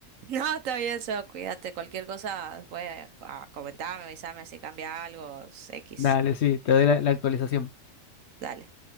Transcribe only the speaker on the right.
No, está bien, Sos, cuídate. Cualquier cosa, después a, comentarme, avisarme si cambia algo, X.
Dale.